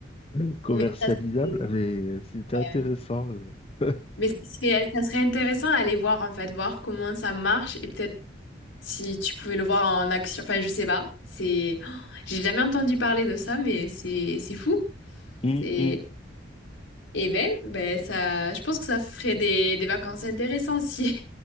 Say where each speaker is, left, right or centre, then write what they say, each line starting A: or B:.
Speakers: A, on the left (about 30°); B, on the left (about 85°).
A: <laughs> commercialisable,
B: mais ça, c'est-
A: mais euh, c'était intéressant.
B: ouais.
A: euh. <laughs>
B: Mais ça serait, ça serait intéressant à aller voir, en fait, voir comment ça marche et peut-être si tu pouvais le voir en action. Enfin, je sais pas. C'est, <gasps> oh, j'ai jamais entendu parler de ça, mais c'est, c'est fou.
A: Hum,
B: C'est,
A: hum.
B: et ben, ben, ça, je pense que ça ferait des, des vacances intéressantes si.